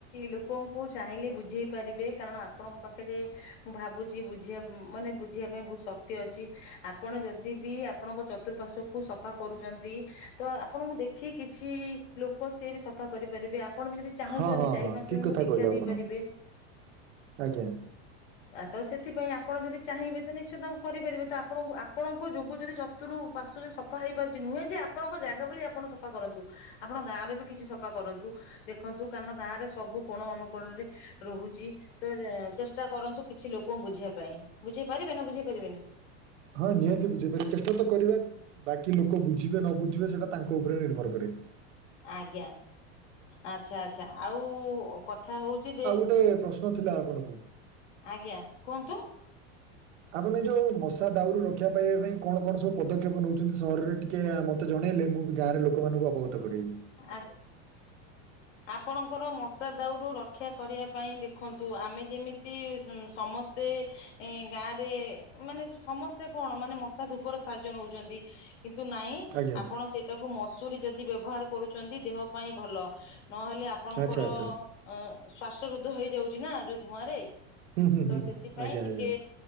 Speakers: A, on the left; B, on the right.
A: ଲୋକଙ୍କୁ ଚାହିଁଲେ ବୁଝେଇ ପାରିବେ କାରଣ ଆପଣଙ୍କ ପାଖରେ ମୁଁ ଭାବୁଛି ବୁଝିବା ମାନେ ବୁଝିବା ପାଇଁ ବହୁତ ଶକ୍ତି ଅଛି ଆପଣ ଯଦି ବି ଆପଣଙ୍କ ଚତୁଃପାର୍ଶ୍ୱ ସଫା କରୁଛନ୍ତି ତ ଆପଣଙ୍କୁ ଦେଖି କିଛି ଲୋକ ସି ବି ସଫା କରିପାରିବେ ଆ ଆପଣ ବି ଯଦି ଚାହୁଁଛନ୍ତି
B: ହଁ ହଁ
A: ଚାରି
B: ହଁ
A: ପାଞ୍ଚ
B: ଠିକ
A: ଜଣଙ୍କୁ
B: କଥା
A: ଶିକ୍ଷା
B: କହିଲେ
A: ଦେଇପାରିବେ।
B: ଆପଣ ଆଜ୍ଞା
A: ଆ ତ ସେଥିପାଇଁ ଆପଣ ଯଦି ଚାହିଁବେ ତ ନିଶ୍ଚିତ ଆ କରିପାରିବେ ତ ଆପଣ ଆପଣଙ୍କ ଯୋଗୁ ଯଦି ତରୁ ପାଶୁରେ ସଫା ହେଇପାରୁଛି ନୁହେଁ ଯେ ଆପଣଙ୍କ ଜାଗା ବୋଲି ଆପଣ ସଫା କରନ୍ତୁ ଆପଣ ଗାଁରେ ବି କିଛି ସଫା କରନ୍ତୁ ଦେଖନ୍ତୁ କାରଣ ଗାଁ ରେ ସବୁ କୋଣ ଅନୁକୋଣରେ ରହୁଛି ତ ଚେଷ୍ଟା କରନ୍ତୁ କିଛି ଲୋକଙ୍କୁ ବୁଝିବା ପାଇଁ ବୁଝେଇ ପାରିବେ ନା ବୁଝେଇ ପାରିବେନି?
B: ହଁ ନିହାତି ବୁଝେଇପାରିବି ଚେଷ୍ଟା ତ କରିବା ବାକି କି ଲୋକ ବୁଝିବେ ନ ବୁଝିବେ ସେଇଟା ତାଙ୍କ ଉପରେ ନିର୍ଭର କରେ।
A: ଆଜ୍ଞା। ଆଚ୍ଛା ଆଚ୍ଛା ଆଉ କଥା ହଉଚି ଯେ
B: ସେଇଆ ତ। ନଥିଲା ଆପଣଙ୍କୁ।
A: ଆଜ୍ଞା କୁହନ୍ତୁ?
B: ଆପଣ ଏ ଯୋଉ ମଶା ଦାଉରୁ ରକ୍ଷା ପାଇବା ପାଇଁ କଣ କଣ ସବୁ ପଦକ୍ଷେପ ନେଉଛନ୍ତି? ସହରରେ ଟିକେ ମତେ ଜଣେଇଲେ ମୁଁ ବି ଗାଁରେ ଲୋକମାନଙ୍କୁ ଅବଗତ କରାଇବି।
A: ଆ ଆପଣଙ୍କର ମଶା ଦାଉରୁ ରକ୍ଷା କରିବା ପାଇଁ ଦେଖନ୍ତୁ ଆମେ ଯେମିତି ସମ ମତେ ଗାଁରେ ମାନେ ସମସ୍ତେ କଣ ମାନେ ମଶା ଧୂପର ସାହାଯ୍ୟ ନଉଛନ୍ତି। କିନ୍ତୁ ନାଇଁ
B: ଆଜ୍ଞା
A: ଆପଣ ସେଇଟାକୁ ମସୁରୀ ଯଦି ବ୍ୟବହାର କରୁଛନ୍ତି ଦେହ ପାଇଁ ଭଲ ନହେଲେ ଆପଣଙ୍କର
B: ଆଚ୍ଛା ଆଚ୍ଛା
A: ଅ ଶ୍ଵାସ ରୁଦ୍ଧ ହେଇଯାଉଛି ନା ଯୋଉ ଧୂଆଁ ରେ
B: ହୁଁ ହୁଁ
A: ତ
B: ହୁଁ
A: ସେଥିପାଇଁ
B: ଆଜ୍ଞା
A: ଟିକେ
B: ଆଜ୍ଞା